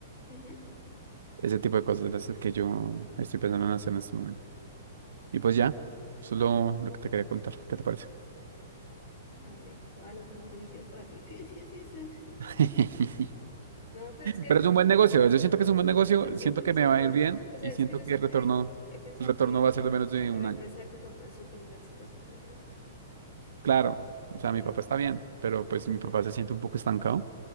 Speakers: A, on the left; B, on the right.
A: ujú.
B: Ese tipo de cosas es el que yo estoy pensando en hacer en este momento. Y pues ya, eso es lo, lo que te quería contar. ¿Qué te parece?
A: Vale, todas las buenas energías para ti. <laughs>
B: <laughs>
A: No, pues es que
B: Pero es
A: lo-
B: un buen negocio. Yo siento que es un buen negocio,
A: yo siento
B: siento
A: que
B: que
A: es
B: me
A: un
B: va
A: negocio.
B: a ir bien
A: O sea,
B: y
A: es
B: siento
A: que yo siempre
B: que el retorno,
A: he pensado
B: el retorno
A: que,
B: va a ser de menos de
A: que
B: un
A: la empresa
B: año.
A: de tu papá es súper mega exitosa. Entonces, yo-
B: Claro,
A: entonces,
B: o sea, mi papá está bien, pero
A: sí,
B: pues
A: sí,
B: si mi
A: sí.
B: papá se siente un poco estancado